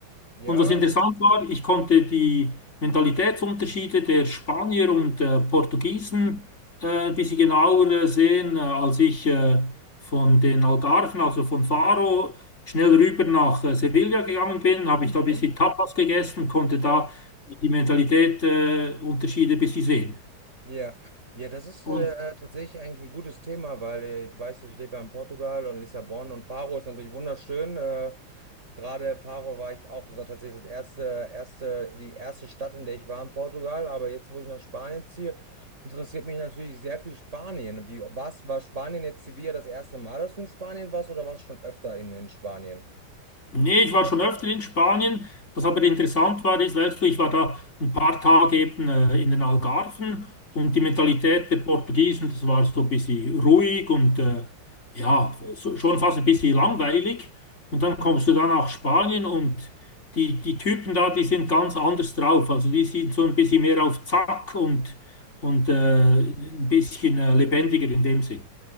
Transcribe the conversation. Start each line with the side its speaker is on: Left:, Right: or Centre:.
Right: Ja.
Left: Und was interessant war, ich konnte die Mentalitätsunterschiede der Spanier und äh, Portugiesen äh, ein bisschen genauer äh, sehen, äh, als ich äh, von den Algarven, also von Faro, schnell rüber nach äh, Sevilla gegangen bin, habe
Right: Mhm.
Left: ich da ein bisschen Tapas gegessen, konnte da
Right: Ja.
Left: die Mentalität äh, Unterschiede ein bisschen sehen.
Right: Ja. Ja, das ist äh,
Left: Und
Right: tatsächlich eigentlich ein gutes Thema, weil äh, ich weiß, ja, ich lebe ja in Portugal und Lissabon und Faro ist natürlich wunderschön. Äh, gerade Faro war ich auch, das war tatsächlich das erste, erste, die erste Stadt, in der ich war in Portugal. Aber jetzt, wo ich nach Spanien ziehe, interessiert mich natürlich sehr viel Spanien. Wie, was war Spanien jetzt Sevilla das erste Mal, dass du in Spanien warst oder warst du schon öfter in, in Spanien?
Left: Nee, ich war schon öfter in Spanien. Was aber interessant war, ist, weißt du, ich war da ein paar Tage eben äh, in den Algarven und die Mentalität der Portugiesen, das war so ein bisschen ruhig und äh, ja, so, schon fast ein bisschen langweilig. Und dann kommst du dann nach Spanien und die, die Typen da, die sind ganz anders drauf. Also die sind so ein bisschen mehr auf Zack und, und äh, ein bisschen äh, lebendiger in dem Sinn.